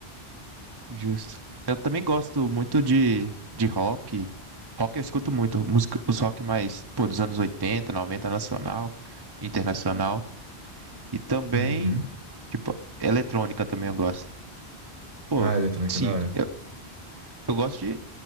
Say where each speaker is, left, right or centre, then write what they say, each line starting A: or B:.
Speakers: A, on the right; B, on the right.
A: Justo. Eu também gosto muito de, de rock. Rock eu escuto muito. Música, os rock mais, pô, dos anos 80, 90 nacional, internacional. E também,
B: Uhum.
A: tipo, eletrônica também eu gosto. Pô,
B: Ah, eletrônica,
A: sim,
B: da hora.
A: eu, eu gosto de